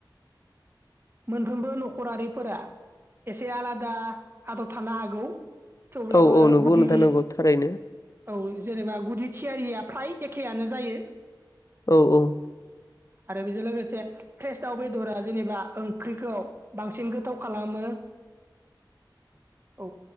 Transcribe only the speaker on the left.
औ औ नंगौ
नोंथां नंगौ थारैनो
औ औ